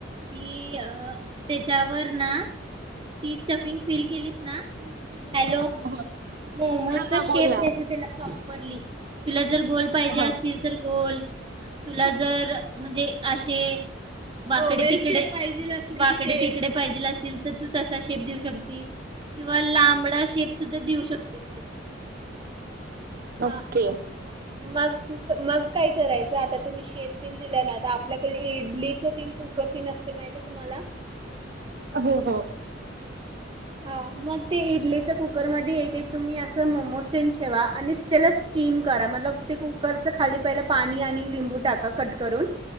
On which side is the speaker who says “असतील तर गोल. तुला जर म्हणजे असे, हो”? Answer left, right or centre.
Right